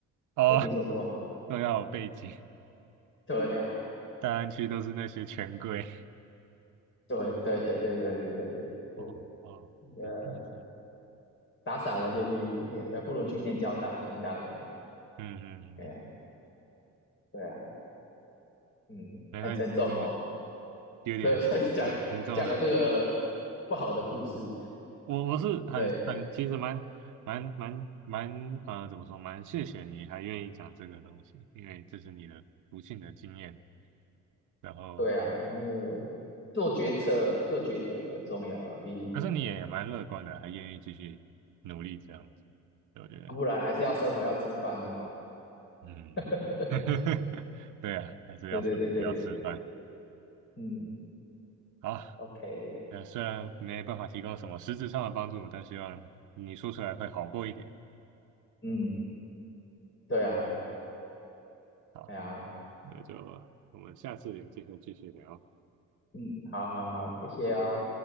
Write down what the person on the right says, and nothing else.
哦，
<laughs> 都要有背景，
大安区都是那些权贵，
哦哦，
有背景
嗯嗯嗯。
才会这个
有点蛮严重的。
我我是很很其实蛮蛮蛮蛮呃怎么说，
蛮谢谢你还愿意讲这个东西，因为这是你的不幸的经验。然后，
但是你也蛮乐观的，还愿意继续努力这样子，对我觉得，
嗯，
<laughs> 对啊，还是要生活要吃饭。
好，
呃，虽然没办法提供什么实质上的帮助，但希望你说出来会好过一点。
好。
那就我们下次有机会继续聊。